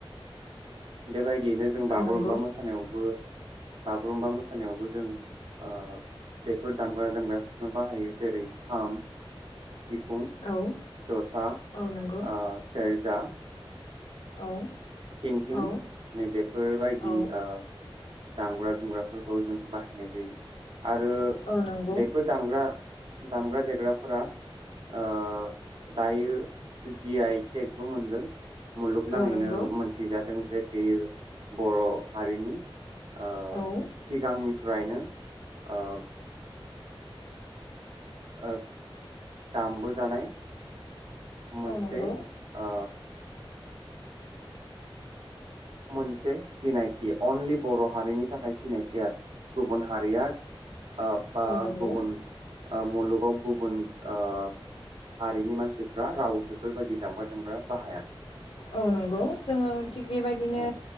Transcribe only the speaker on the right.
बेबायदियैनो जों बागुरुमबा
मोसानायावबो बागुरुम्बा मोसानायावबो जोंओ बेफोर दामग्रा दोमग्राफोरखौ बाहायो जेरै खाम सिफुं
जथा
ओ सेर जा
थिं थिं
नै बेेफोरबायदि
ओ दामग्रा दुग्रा फोरखौ जों बाहायनाय जायो । आरो
बेफोर दामग्रा दामग्रा देग्राफोरा ओ दायो ओ जि आइ टेकबो मोनदों । मुलुगनाङैनो
मोन जादों जे बेयो बर' हारिनि ओ
सिगांनि फ्रायनो ओ ओ दामबो जानाय मोनसे
ओ मोनसे सिनायथि अनलि बर' हारिनि थाखाय सिनायथि आरो गुबुन हारिया ओ फा
गुबुन ओ मुलुगाव गुबुन ओ हारिनि मानसिफ्रा राव बेफोरबायदि दामग्रा जोमग्रा बाहाया।
औ